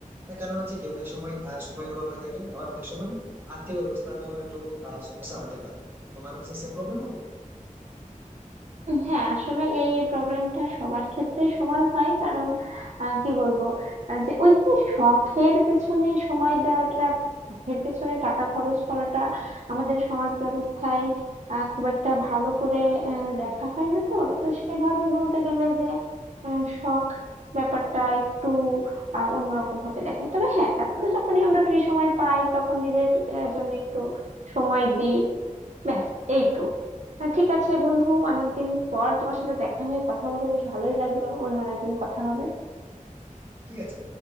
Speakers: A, on the right; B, on the right.
A: তার কারণ হচ্ছে কি অনেক সময় আহ, সময়ের অভাব হয়ে থাকে আবার অনেক সময় আর্থিক অবস্থারও একটু আহ, সমস্যা হতে পারে তোমারও কিছু সেম প্রবলেম হয়
B: হ্যাঁ আসলে এই প্রবলেমটা সবার ক্ষেত্রেই সমান হয় কারণ আহ, কি বলবো আহ, যে ওই যে শখের পেছনে সময় দেওয়াটা শখের পেছনে টাকা খরচ করাটা আমাদের সমাজ ব্যবস্থায় আহ, খুব একটা ভালো করে আহ, দেখা হয় না তো তো সেভাবে বলতে গেলে যে উম, শখ ব্যাপারটা একটু আহ, অন্যরকম ভাবে দেখায় তবে হ্যাঁ তারপরে যখনই আমরা ফ্রি সময় পাই তখন নিজের আহ, জন্য একটু সময় দিই ব্যাস এই তো আহ, ঠিক আছে বন্ধু অনেকদিন পর তোমার সাথে দেখা হয়ে কথা বলে বেশ ভালোই লাগলো অন্য আর একদিন কথা হবে
A: ঠিক আছে